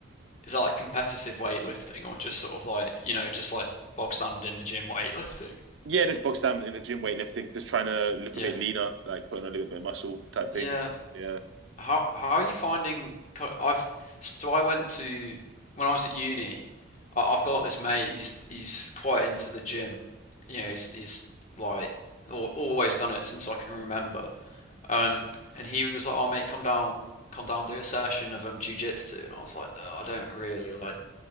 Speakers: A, on the left (about 35°); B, on the right (about 70°).
A: is that like competitive weightlifting or just sort of like you know just like bog standard in the gym weightlifting?
B: yeah, just box down in the gym weightlifting, just trying to look
A: Yeah,
B: a bit leaner, like putting on a little bit of muscle type
A: yeah.
B: thing. Yeah.
A: How how are you finding? I've so I went to when I was at uni. I- have got this mate. He's he's quite into the gym. You know, he's he's like always done it since I can remember. Um, and he was like, "Oh mate, come down, come down, do a session of um jiu jitsu." And I was like, "Oh, "I don't really like."